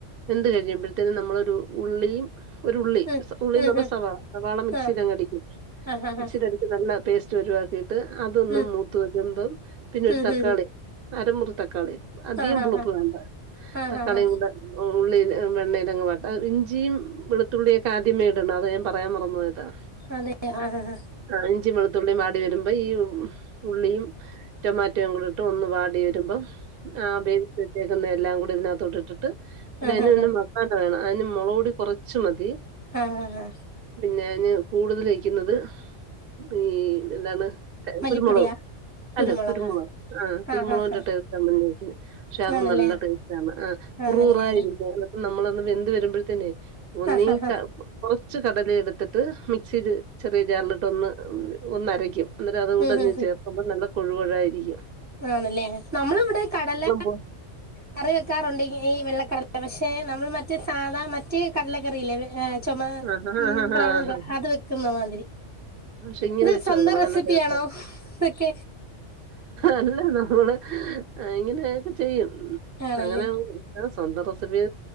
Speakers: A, on the right; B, on the right.
A: വെന്ത് കഴിയുമ്പഴ്‌ത്തേനും നമ്മളൊരു ഉള്ളിയും. ഒരു ഉള്ളി
B: ഉം
A: ഉള്ളിന്ന്
B: ഉം ഉം
A: പറഞ്ഞ
B: ഉം
A: സവാള, സവാള മിക്സിലങ്ങടിക്കും
B: ആ ആ ആ
A: മിക്സിലത്
B: ആ
A: ഇത് നല്ല പേസ്റ്റ് പരുവാക്കിട്ട് അതൊന്നു
B: ഉം
A: മൂത്ത് വരുമ്പം പിനെ ഒരു
B: ഉം
A: തക്കാളി.
B: ഉം ഉം
A: അരമുറി തക്കാളി അധികം
B: ആ ആ
A: പുളുപ്പ് വേണ്ട
B: ആ ആ
A: തക്കാളിയും
B: ആ ആ
A: കുടെ ഉ ഉള്ളിലും വെണ്ണേൽ ഇതങ്ങ് വാട്ട ഇഞ്ചിയും വെളുത്തുള്ളിയൊക്കെ ആദ്യമേ ഇടണം അത് ഞാൻ പറയാൻ മറന്നുപോയതാ.
B: അതെ ആ ഹ ഹ
A: ആ ഇഞ്ചി വെളുത്തുള്ളിയും വാടി വരുമ്പോ ഈ ഉ ഉള്ളിയും ടൊമാറ്റോയും കൂടെ ഇട്ട് ഒന്ന് വാടി വരുമ്പം ആ വേവിച് വെ- ചേകുന്ന എല്ലാം കൂടെ ഇതിനകത്തോട്ട് ഇട്ട്ട്ട് പിനെ
B: ആ
A: അയ്നൊന്നും
B: ആ
A: വക് - ബാക്കവേണ അയ്ന് മൊളക് പൊടി കൊറച്ച് മതി.
B: ആ ഹ ഹാ
A: പിനെ ഞാന് കൂടുതല് വെക്കുന്നത് ഈ എന്താണ്. കെ
B: മല്ലിപ്പൊടിയാ
A: കുരുമുളകും
B: കുരുമുളകാ
A: അല്ല കുരുമുളക് ആ കുരുമുളകിന്റെ
B: ആ ആ
A: ട്ടേസ്റ്റാ മുനിനിക്കുന്നെ. പക്ഷെ അത്
B: ആണല്ലേ
A: നല്ല ട്ടേസ്റ്റാണ് ആ കുറുകുറായിരിക്ക
B: ആണല്ലേ
A: നമ്മളൊന്ന് വെന്ത് വെരുമ്പഴ്‌ത്തേനെ ഒന്നീ
B: ആ ആ ആ
A: ക കൊറച്ച് കടല എടുത്തിട്ട് മിക്സിൽ ചെറിയ ജാറലിട്ട് ഒന്ന് ഒന്നരയ്ക്കും എന്നിട്ട് അതുകുടങ്ങ്
B: ഉം ഉം
A: ചേർക്കുമ്പോ നല്ല കൊഴുകുഴായിരിക്കും.
B: ആണ്ല്ലേ നമ്മളിവിടെ കടല
A: പോ
B: കറി വെക്കാറുണ്ട് ഈ വെള്ളക്കടല പക്ഷെ നമ്മൾ മറ്റെ സാധാ മറ്റ് കടലക്കറിയില്ലേ ചൊമാ
A: ആഹാ,
B: ഉം
A: ആഹാ,
B: ബ്രോൺ
A: ആഹാ.
B: ക അത് വെക്കുന്ന മാതിരി
A: പക്ഷെ ഇങ്ങനെ
B: ഇത്
A: വെച്ച്
B: സ്വന്തം
A: നോക്കണം
B: റെസിപ്പിയാണോ
A: നല്ല ടേസ്റ്റാ.
B: ഇതൊക്കെ
A: അല്ല നമ്മള് ഇങ്ങനെയൊക്കെ ചെയ്യും
B: ആണല്ലേ
A: അങ്ങനെ ആഹ് സ്വന്തം റെസിപ്പി